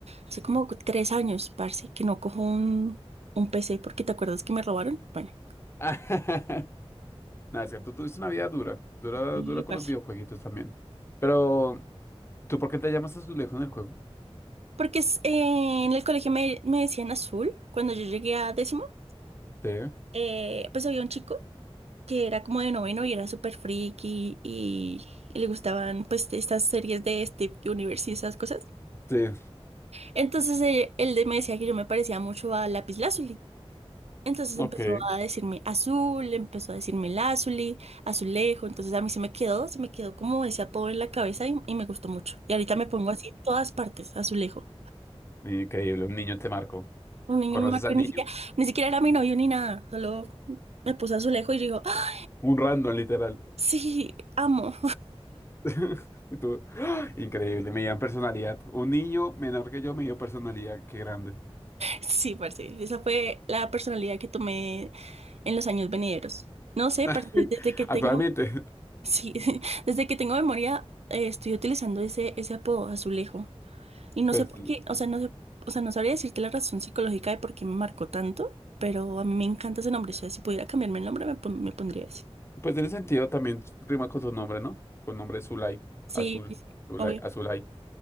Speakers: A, on the right (about 80°); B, on the left (about 25°).
A: Hace como tres años, parce, que no cojo un, un PC porque ¿te acuerdas que me robaron? Bueno,
B: <laughs> Nada, es que tú tuviste una vida dura, dura,
A: Sí,
B: dura
A: parce.
B: con los videojueguitos también. Pero, ¿tú por qué te llamas Azulejo en el juego?
A: porque es, eh, en el colegio me, me decían azul cuando yo llegué a décimo.
B: Sí,
A: eh, pues había un chico que era como de noveno y era súper friki y, y le gustaban pues estas series de Steve Universe y esas cosas.
B: sí,
A: Entonces eh, él, me decía que yo me parecía mucho a Lazuli Entonces
B: ok.
A: empezó
B: Ay,
A: a decirme azul, empezó a decirme Lazuli, azulejo. Entonces a mí se me quedó, se me quedó como ese apodo en la cabeza y, y me gustó mucho. Y ahorita me pongo así en todas partes, azulejo.
B: increíble, un niño te marcó.
A: Un niño
B: ¿Conoces
A: me marcó
B: al
A: y
B: niño?
A: ni siquiera, ni siquiera era mi novio ni nada, solo me puso azulejo y yo digo, ¡Ah,
B: Un random, literal.
A: sí, amo.
B: <laughs> Y tú, ¡ah! Increíble, me dieron personalidad. Un niño menor que yo me dio personalidad, qué grande.
A: Sí, parce. Esa fue la personalidad que tomé en los años venideros. No sé,
B: <laughs>
A: parce, desde que tengo,
B: Actualmente,
A: sí, <laughs> desde que tengo memoria, eh, estoy utilizando ese, ese apodo, azulejo. Y no
B: pues,
A: sé por qué, o sea, no sé, o sea, no sabría decirte la razón psicológica de por qué me marcó tanto, pero a mí me encanta ese nombre. O sea, si pudiera cambiarme el nombre, me, pon- me pondría ese.
B: pues en ese sentido también rima con su nombre, ¿no? Con nombre es Zulay,
A: Sí,
B: Azul,
A: sí, sí,
B: Zulay,
A: obvio.
B: Azulay,